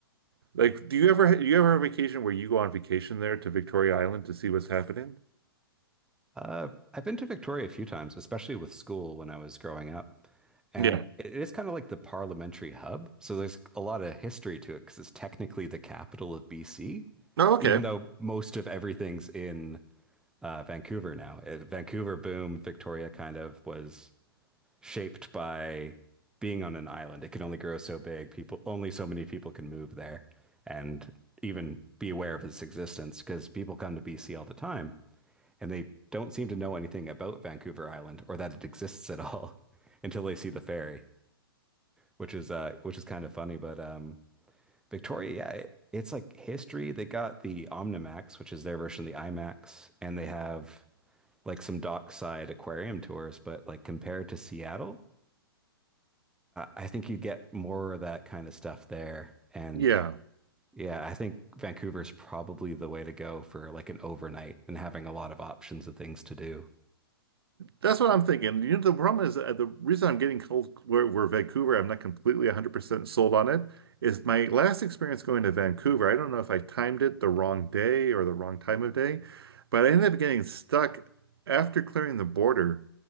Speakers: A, on the right (about 75°); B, in the centre.
A: Like, do you ever do you ever have a vacation where you go on vacation there to Victoria Island to see what's happening?
B: Uh, I've been to Victoria a few times, especially with school when I was growing up. And
A: Yeah.
B: it is kind of like the parliamentary hub. So there's a lot of history to it because it's technically the capital of BC,
A: Oh, okay.
B: even though most of everything's in uh, Vancouver now. Uh, Vancouver boom, Victoria kind of was shaped by being on an island. It can only grow so big. People, only so many people can move there and even be aware of its existence because people come to BC all the time and they don't seem to know anything about Vancouver Island or that it exists at all <laughs> until they see the ferry, which is uh which is kind of funny, but um Victoria, yeah, it, it's like history. They got the Omnimax, which is their version of the IMAX, and they have like some dockside aquarium tours, but like compared to Seattle, I think you get more of that kind of stuff there. And
A: Yeah.
B: yeah, I think Vancouver's probably the way to go for like an overnight and having a lot of options of things to do.
A: That's what I'm thinking. You know, the problem is uh, the reason I'm getting cold where, where Vancouver, I'm not completely 100% sold on it, is my last experience going to Vancouver. I don't know if I timed it the wrong day or the wrong time of day, but I ended up getting stuck after clearing the border,